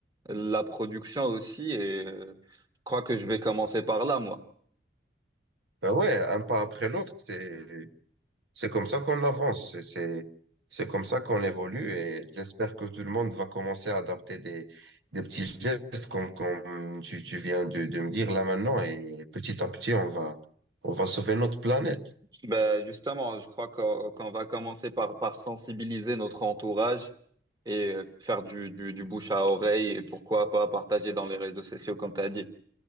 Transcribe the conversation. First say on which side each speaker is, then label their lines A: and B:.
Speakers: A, on the right; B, on the right.
A: la production aussi. Et euh, je crois que je vais commencer par là, moi.
B: Ben ouais, un pas après l'autre, c'est, C'est comme ça qu'on avance, c'est c'est- c'est comme ça qu'on évolue et j'espère que tout le monde va commencer à adapter des, des petits gestes comme, comme tu, tu viens de, de me dire là maintenant et petit à petit on va, on va sauver notre planète.
A: Ben justement, je crois qu'on qu'on va commencer par, par sensibiliser notre entourage et euh, faire du, du, du bouche à oreille et pourquoi pas partager dans les réseaux sociaux comme tu as dit.